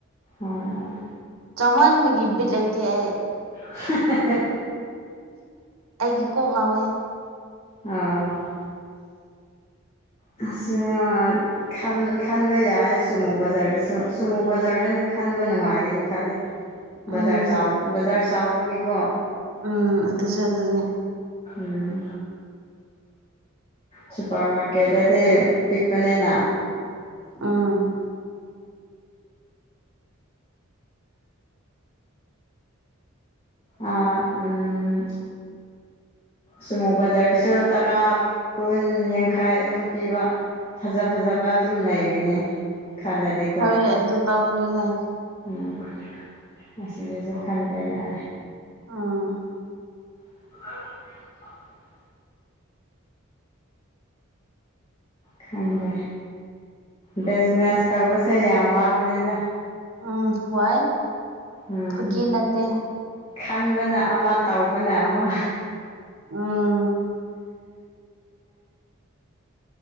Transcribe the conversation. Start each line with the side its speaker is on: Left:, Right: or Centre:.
Left: ꯎꯝ
Right: ꯆꯥꯝꯃꯟꯥꯟꯕꯒꯤ ꯕꯤꯠ ꯂꯩꯇꯦ ꯑꯩ
Left: ꯍꯥ ꯍꯥ
Right: ꯑꯩꯒꯤ ꯀꯣꯛ ꯉꯥꯎꯋꯦ꯫
Left: ꯍꯨꯝ <unintelligible> ꯈꯟꯕ ꯌꯥꯏ ꯁꯨꯃꯨ ꯕꯖꯥꯔꯗꯁꯨ ꯁꯨꯃꯨ ꯕꯖꯥꯔꯗꯅ ꯈꯟꯕ ꯅꯨꯡꯉꯥꯏꯒꯅꯤ ꯈꯜꯂꯤ꯫ ꯕꯖꯥꯔ
Right: ꯎꯝ
Left: ꯆꯥꯎ ꯕꯖꯥꯔ ꯆꯥꯎꯕꯒꯤꯀꯣ
Right: ꯎꯝ ꯑꯗꯨꯁꯨ ꯑꯗꯨꯅꯦ꯫
Left: ꯎꯝ ꯁꯄꯔ ꯃꯥꯀꯦ ꯀꯦꯗꯗꯤ ꯄꯤꯛꯄꯅꯦꯅ
Right: ꯎꯝ
Left: ꯑꯥ ꯎꯝ ꯁꯨꯝꯃꯨ ꯕꯖꯥꯔꯗꯁꯨ ꯇꯔꯥ ꯀꯨꯟ ꯌꯥꯡꯈꯥꯏ ꯑꯗꯨꯝ ꯄꯤꯕ ꯐꯖ ꯐꯖꯕ ꯑꯗꯨꯝ ꯂꯩꯒꯅꯤ ꯈꯜꯂꯗꯤ
Right: ꯍꯣꯏ ꯑꯗꯨꯗꯨ ꯇꯒꯅꯤ ꯍꯣꯏ
Left: ꯎꯝ ꯑꯁꯤꯗꯁꯨ ꯈꯟꯕ ꯌꯥ
Right: ꯎꯝ
Left: <inaudible> ꯈꯪꯗꯦ ꯕꯤꯖꯤꯅꯦꯁ ꯇꯧꯕꯁꯦ ꯌꯥꯝ ꯋꯥꯕꯅꯤꯗ
Right: ꯎꯝ ꯋꯥꯏ
Left: ꯎꯝ
Right: ꯐꯥꯒꯤ ꯅꯠꯇꯦ
Left: ꯈꯟꯕꯅ ꯑꯃ ꯇꯧꯕꯅ ꯑꯃ
Right: ꯎꯝ